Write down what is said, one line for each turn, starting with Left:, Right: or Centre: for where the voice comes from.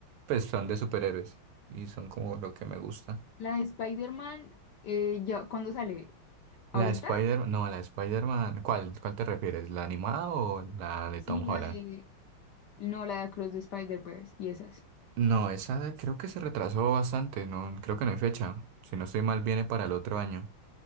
Right: Pues son de superhéroes y son como lo que me gusta.
Left: La de Spider-Man, eh, ya, ¿cuándo sale?
Right: La
Left: ¿Ahorita?
Right: de Spider, no, la de Spider-Man, ¿cuál, cuál te refieres? ¿La animada o la de
Left: Sí,
Right: Tom
Left: la
Right: Holland?
Left: de... No, la de Across the Spider-Verse y esas.
Right: No, esa de- creo que se retrasó bastante, no, creo que no hay fecha. Si no estoy mal, viene para el otro año.